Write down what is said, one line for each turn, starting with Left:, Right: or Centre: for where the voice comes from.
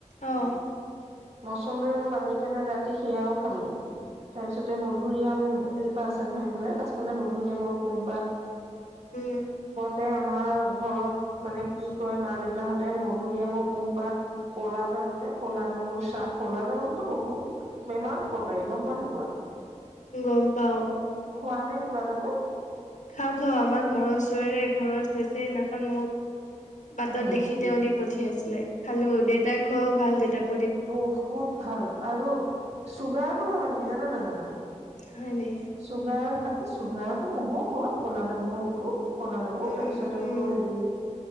Left: অঁ।
Right: মচন্দৰে অলপ আনি পেলাই ৰাতি সেয়াও খালো। তাৰপিছতে মধুুৰৰিআম এজোপা আছে নহয় এইফালে পাছফালে মধুৰিআমৰ কোহপাত
Left: <unintelligible>
Right: তে আমাৰ ঘৰত মানে কি কয় মা দেউতাহঁতে মধুৰিআমৰ কুহপাত কলা জা জামু যে ক'লা জামুৰ চাহ ক'লা জামুতোতো বহুত বেমাৰত উপ কাৰী গম পোৱা নে নোপোৱা
Left: গম পাও
Right: খোৱা নে কোলা জামো?
Left: খাও -খাও আমাৰ ঘৰৰ ওচৰেৰে এঘৰত হৈছে সিদিনাখন মোক বাটত
Right: উম
Left: দেখি তেওঁ দি পঠিয়াইছিলে খালোঁ দেউতাক খোৱাও ভাল দেউতাক
Right: বহুত ভাল আৰু চুগাৰটো ভাল কি জানা নাজানা?
Left: হয় নি
Right: চুগাৰৰ ভা এ চুগাৰতো নহওঁ হ ক'লা জামুটো কলা জামু
Left: উম
Right: তাৰপিছত আকৌ
Left: উম
Right: হেৰি